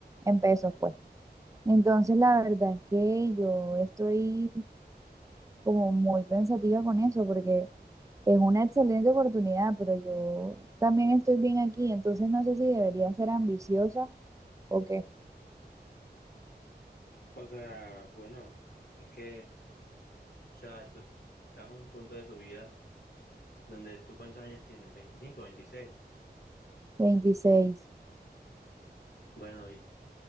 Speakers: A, on the right; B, on the left.
A: en pesos, pues. Entonces, la verdad es que yo estoy como muy pensativa con eso, porque es una excelente oportunidad, pero yo también estoy bien aquí, entonces no sé si debería ser ambiciosa o qué.
B: o sea, bueno, es que, o sea, tú estás en un punto de tu vida donde tú cuántos años tienes, 25, 26?
A: veintiséis
B: Bueno,